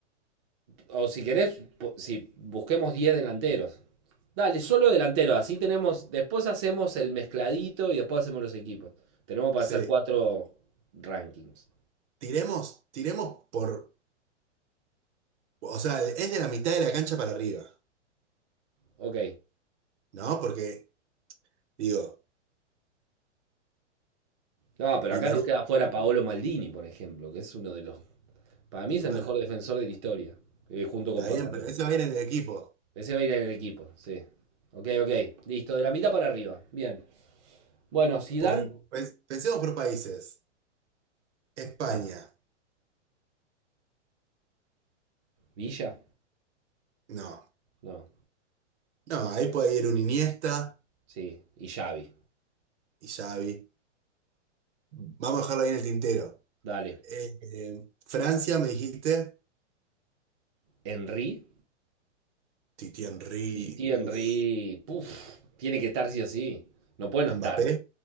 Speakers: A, on the right (about 25°); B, on the right (about 70°).
A: O si querés, si busquemos 10 delanteros. Dale, solo delanteros, así tenemos, después hacemos el mezcladito y después hacemos los equipos. Tenemos para
B: Sí.
A: hacer cuatro rankings.
B: Tiremos, tiremos por. O sea, es de la mitad de la cancha para arriba,
A: Ok.
B: ¿no? Porque, digo,
A: No, pero
B: Di
A: acá
B: María.
A: nos queda fuera Paolo Maldini, por ejemplo, que es uno de los Para mí
B: Y
A: es
B: bueno,
A: el mejor defensor de la historia, eh, junto con
B: está
A: Pasarela.
B: bien, pero ese va a ir en el equipo.
A: Ese va a ir en el equipo, sí. Ok, ok. Listo, de la mitad para arriba. Bien. Bueno, Zidane.
B: Porque pens- pensemos por países. España.
A: Dale. Villa.
B: No.
A: No.
B: No, ahí puede ir un Iniesta
A: Sí. Y Xavi.
B: y Xavi. Mm. Vamos a dejarlo ahí en el tintero.
A: Dale.
B: Eh, eh, Francia, me dijiste.
A: Henry.
B: Titi Henry.
A: Titi Henry.
B: Uf.
A: Puf. Tiene que estar sí o sí. No puede no estar.
B: Mbappé.